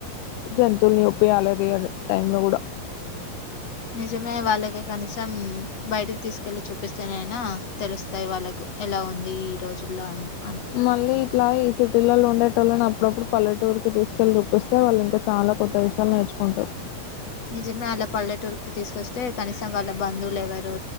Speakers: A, on the left; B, on the left.
A: జంతువుల్ని చూపియాలే రియల్ టైంలో కూడా
B: నిజమే వాళ్ళకి కనీసం బయటికి తీసుకెళ్లి చూపిస్తేనైనా తెలుస్తాయి వాళ్ళకు ఎలా ఉంది ఈ రోజుల్లో అని
A: మళ్ళీ ఇట్లా ఈ సిటీలలో ఉండేటోళ్ళని అప్పుడప్పుడు పల్లెటూరుకిి తీసుకెళ్లి చూపిస్తే వాళ్ళు ఇంకా చాలా కొత్త విషయాలు నేర్చుకుంటారు.
B: నిజమే వాళ పల్లెటూరుకిి తీసుకొస్తే కనీసం వాళ్ళ బంధువులు ఎవరు